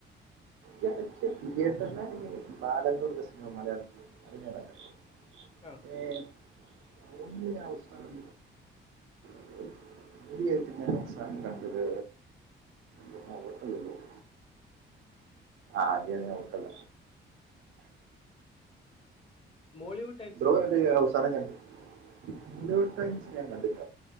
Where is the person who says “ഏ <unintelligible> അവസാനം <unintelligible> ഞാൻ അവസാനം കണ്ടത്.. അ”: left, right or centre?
Right